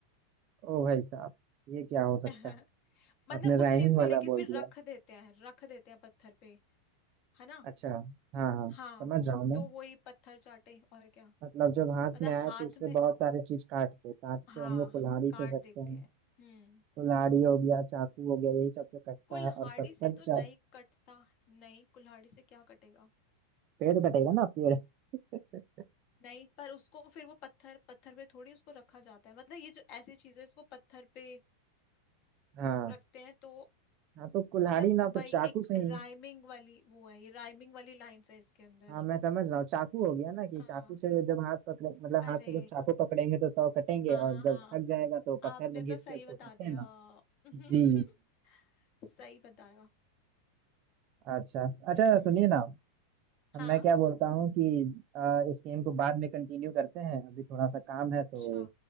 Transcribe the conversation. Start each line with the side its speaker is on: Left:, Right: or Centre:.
Right: ओ भाई साहब ये क्या हो सकता
Left: <laughs>
Right: है
Left: मतलब
Right: आपने
Left: उस
Right: राइमिंग
Left: चीज
Right: वाला
Left: को लेके फिर
Right: बोल दिया
Left: रख देते हैं रख देते हैं पत्थर पे है ना
Right: अच्छा हाँ हाँ समझ
Left: हाँ
Right: रहा हूँ मैं
Left: तो वही पत्थर चाटे और क्या
Right: मतलब जब हाथ
Left: मतलब
Right: में आए
Left: हाथ
Right: तो उससे
Left: में
Right: बहुत सारे चीज काटते हैं काट
Left: हाँ
Right: तो हम लोग कुल्हाड़ी
Left: काट
Right: से सकते
Left: देते
Right: हैं
Left: हैं हम्म
Right: कुल्हाड़ी हो गया चाकू हो गया यही सबसे कटता
Left: कुल्हाड़ी
Right: है और पत्थर
Left: से तो
Right: चा
Left: नहीं कटता नहीं कुल्हाड़ी से क्या कटेगा
Right: पेड़ कटेगा ना पेड़ <laughs>
Left: नहीं पर उसको फिर वो पत्थर पत्थर पे थोड़ी उसको रखा जाता है मतलब ये जो ऐसी चीजें इसको पत्थर पे
Right: हाँ
Left: रखते हैं तो
Right: हाँ तो कुल्हाड़ी
Left: मतलब
Right: ना
Left: वही
Right: तो चाकू
Left: एक
Right: से ही
Left: राइमिंग वाली वो है ये राइमिंग वाली लाइंस है इसके अंदर
Right: हाँ मैं समझ रहा हूँ चाकू हो गया ना कि
Left: हाँ
Right: चाकू से जब हाथ पकड़े मतलब हाथ
Left: अरे
Right: से जब चाकू पकड़ेंगे तो सौ कटेंगे
Left: हाँ
Right: और
Left: हाँ
Right: जब
Left: हाँ
Right: थक जाएगा तो पत्थर
Left: आपने
Right: में घिस
Left: तो सही
Right: के उसको
Left: बता
Right: करते
Left: दिया
Right: हैं ना
Left: <laughs>
Right: जी
Left: सही बताया
Right: अच्छा अच्छा
Left: हम्म
Right: सुनिए ना
Left: हाँ
Right: अब मैं क्या बोलता हूँ कि आ, इस गेम को बाद में कंटिन्यू करते हैं अभी थोड़ा सा काम है
Left: अच्छा
Right: तो